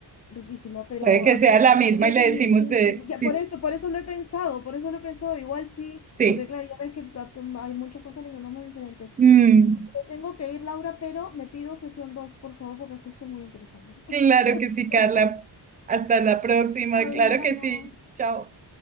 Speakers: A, on the left (about 40°); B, on the right (about 20°).
A: riquísimo, pero
B: Puede que
A: habría
B: sea
A: que,
B: la misma
A: habría
B: y le
A: que ni-
B: decimos
A: in-
B: de,
A: ya por eso, por eso lo he pensado, por eso lo he pensado, igual sí,
B: Sí.
A: porque claro, ya ves que a tu- hay muchas cosas le llamamos diferentes.
B: Mm,
A: Me tengo que ir, Laura, pero me pido sesión 2 por favor, porque es que esto es muy interesante.
B: claro
A: <laughs>
B: que sí,
A: Entonces,
B: Carla. Hasta la próxima.
A: hablamos.
B: Claro que sí. Chao.